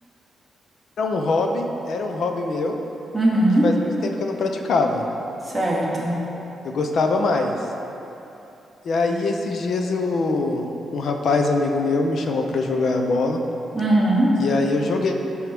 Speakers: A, on the left; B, in the centre.
A: Era um hobby, era um hobby meu,
B: Uhum,
A: que faz muito tempo que eu não praticava.
B: certo.
A: eu gostava mais. E aí, esses dias, eu, um rapaz amigo meu me chamou pra jogar bola.
B: Uhum,
A: E aí, eu joguei